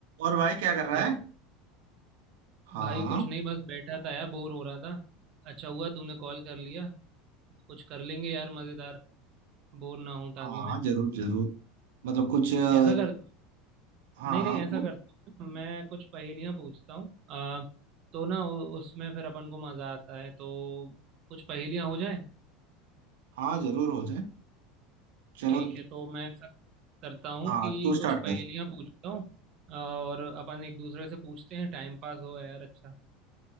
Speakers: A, on the right; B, on the right.
A: और भाई क्या कर रहा
B: हेलो
A: है हाँ
B: भाई कुछ नहीं बस बैठा था यार बोर हो रहा था अच्छा हुआ तूने कॉल कर लिया कुछ कर लेंगे यार मजेदार बोर ना हूं ताकि
A: हाँ
B: मैं
A: हाँ जरूर जरूर मतलब कुछ अ,
B: ऐसा कर
A: हाँ
B: नहीं
A: हाँ
B: नहीं ऐसा
A: बोल
B: करते हैं। मैं कुछ पहेलियां पूछता हूँ आ तो ना उ- उसमें फिर अपन को मजा आता है तो कुछ पहेलियां हो जाए
A: हाँ जरूर हो जाए चलो
B: ठीक है तो मैं ऐसा करता हूँ
A: हाँ
B: कि
A: तू स्टार्ट
B: कुछ पहेलियां
A: कर
B: पूछता हूँ और अपन एक दूसरे से पूछते हैं टाइम पास हो यार अच्छा